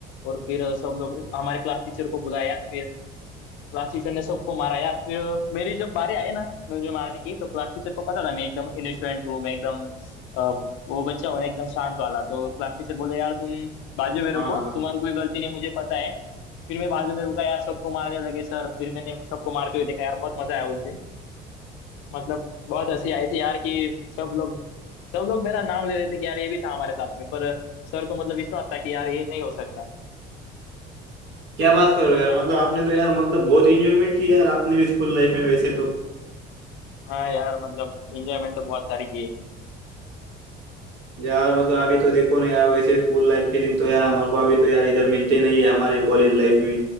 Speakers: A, on the left; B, on the right.
A: और फिर सब लोग हमारे क्लास टीचर को बुलाया यार फिर क्लास टीचर ने सबको मारा यार फिर मेरी जब बारी आई ना मुझे मारने की तो क्लास टीचर को पता था मैं एकदम इनोसेंट हूँ मैं एकदम अ, वो बच्चा हूँ एकदम शांत वाला तो क्लास टीचर बोले यार तुम बाजू में रुको
B: हाँ हाँ हाँ
A: तुम्हारी कोई गलती नहीं मुझे पता है फिर मैं बाजू में रुका यार सबको मारने लगे सर फिर मैंने सबको मारते हुए देखा यार बहुत मजा आया उस दिन मतलब बहुत हंसी आई थी यार कि सब लोग सब लोग मेरा नाम ले रहे थे कि यार ये भी था हमारे साथ में पर सर को मतलब विश्वास था कि यार ये नहीं हो सकता
B: क्या बात कर रहे हो
A: यार
B: यार मतलब आपने तो यार मतलब बहुत इंजॉयमेंट किया यार आपने भी स्कूल लाइफ में वैसे तो
A: हाँ यार मतलब एंजॉयमेंट तो बहुत सारी की है
B: यार मतलब अभी तो देखो ना यार वैसे स्कूल लाइफ के दिन तो यार हमारे को अभी तो यार इधर मिलते नहीं है हमारे कॉलेज लाइफ में